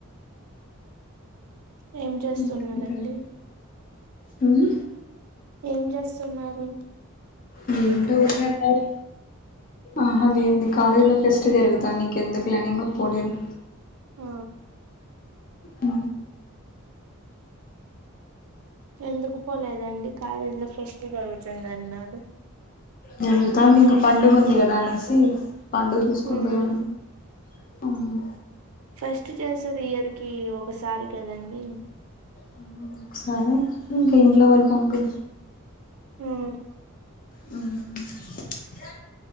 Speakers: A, on the right; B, on the left.
A: ఏమ్ జేస్
B: ఇంకేంటండి
A: సున్నరండి
B: మ్మ్
A: ఏం చేస్సున్నారు
B: హ్మ్ దుకెళ్ళవ్ ఆహ దేంది కాలేజ్ లో ఫెస్ట్ జరుగుతాంది ఇంకెందుకులే అని ఇంగ పోలేదు
A: ఆ
B: ఉ
A: ఎందుకు పోలేదండి కాలేజీ లో ఫెస్ట్ జరుగుతుంది అన్నారు
B: జరుగుతాంది ఇంగ పండుగ ఉంది కదా అనేసి పండుగ జూసుకొని
A: ఉమ్,
B: పోదామని మ్మ్
A: ఫెస్ట్ చేసేది ఇయర్ కి ఒకసారి కదండి
B: హ్మ్ ఒకసారే ఇంక ఇంట్లో వాళ్ళు పంపి
A: హ్మ్
B: మ్మ్ హ్మ్